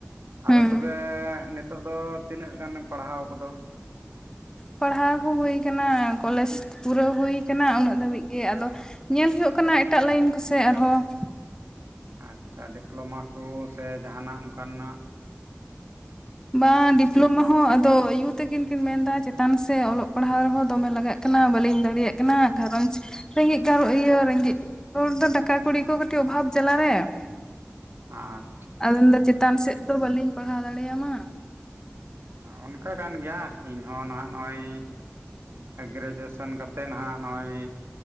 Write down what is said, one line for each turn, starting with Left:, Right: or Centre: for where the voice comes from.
Left: ᱦᱩᱸ
Right: ᱟᱫᱚ ᱛᱚᱵᱮ ᱱᱤᱛᱚᱜ ᱫᱚ ᱛᱤᱱᱟᱹᱜ ᱜᱟᱱᱮᱢ ᱯᱟᱲᱦᱟᱣ ᱠᱚᱫᱚ?
Left: ᱯᱟᱲᱦᱟᱣ ᱠᱚ ᱦᱩᱭ ᱠᱟᱱᱟ, ᱠᱚᱞᱮᱡᱽ ᱯᱩᱨᱟᱹᱣ ᱦᱩᱭ ᱠᱟᱱᱟ᱾ ᱩᱱᱟᱹᱜ ᱫᱷᱟᱹᱵᱤᱡ ᱜᱮ ᱟᱫᱚ ᱾ ᱧᱮᱞ ᱦᱩᱭᱩᱜ ᱠᱟᱱᱟ ᱮᱴᱟᱜ ᱞᱟᱭᱤᱱ ᱠᱚᱥᱮ ᱟᱨᱦᱚᱸ ᱾
Right: ᱟᱪᱪᱷᱟ ᱰᱤᱯᱞᱳᱢᱟ ᱠᱚ ᱥᱮ ᱡᱟᱦᱟᱱᱟᱜ ᱚᱱᱠᱟᱱᱟᱜ?
Left: ᱵᱟᱸ ᱰᱤᱯᱞᱚ ᱚᱱᱟ ᱦᱚᱸ ᱟᱫᱚ ᱟᱭᱩ ᱛᱟᱹᱠᱤᱱ ᱠᱤᱱ ᱢᱮᱱᱫᱟ ᱪᱮᱛᱟᱱ ᱥᱮ ᱚᱞᱚᱜ ᱯᱟᱲᱦᱟᱣ ᱦᱚᱸ ᱫᱚᱢᱮ ᱞᱟᱜᱟᱜ ᱠᱟᱱᱟ, ᱵᱟᱞᱤᱧ ᱫᱟᱲᱮᱭᱟᱜ ᱠᱟᱱᱟ᱾ ᱜᱷᱟᱨᱚᱸᱡᱽ ᱨᱮᱸᱜᱮᱡ ᱜᱟᱸ ᱤᱭᱟᱹ ᱨᱮᱸᱜᱮᱡ ᱦᱚᱲ ᱫᱚ ᱴᱟᱠᱟ ᱠᱩᱲᱤ ᱠᱚ ᱠᱟᱹᱴᱤᱡ ᱚᱵᱷᱟᱵ ᱡᱟᱞᱟ ᱨᱮ ᱾
Right: ᱟᱸᱫ
Left: <unintelligible> ᱫᱚ ᱪᱮᱛᱟᱱ ᱥᱮᱫ ᱫᱚ ᱵᱟᱹᱞᱤᱧ ᱯᱟᱲᱦᱟᱣ ᱫᱟᱲᱮᱭᱟᱢᱟ ᱾
Right: ᱚᱱᱠᱟ ᱠᱟᱱ ᱜᱮᱭᱟ, ᱤᱧᱦᱚᱸ ᱱᱟᱦᱟᱜ ᱱᱚᱜᱼᱚᱭ ᱜᱨᱮᱡᱩᱭᱮᱥᱮᱱ ᱠᱟᱛᱮᱫ ᱱᱟᱦᱟᱜ ᱱᱚᱜᱼᱚᱭ